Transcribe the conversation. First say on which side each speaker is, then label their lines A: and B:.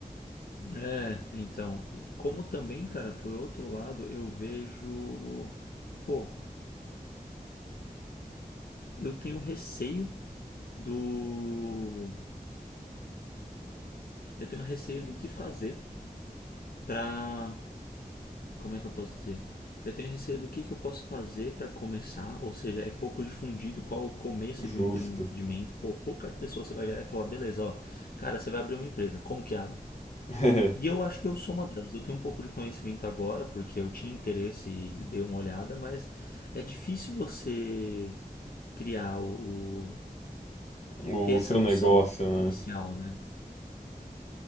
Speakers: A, on the left; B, on the left.
A: É, então, como também, cara, por outro lado, eu vejo, pô, eu tenho receio do, eu tenho receio do que fazer pra, como é que eu posso dizer? Eu tenho receio do que que eu posso fazer pra começar, ou seja, é pouco difundido qual o começo
B: <laughs> Justo.
A: de um empreendimento. Pô, pouca pessoa você vai virar e falar, beleza, ó, cara, você vai abrir uma empresa, como que abre?
B: <laughs>
A: E eu acho que eu sou uma delas. Eu tenho um pouco de conhecimento agora, porque eu tinha interesse e dei uma olhada, mas é difícil você criar o, o-
B: o
A: ter essa
B: seu
A: noção
B: negócio, né?
A: inicial, né?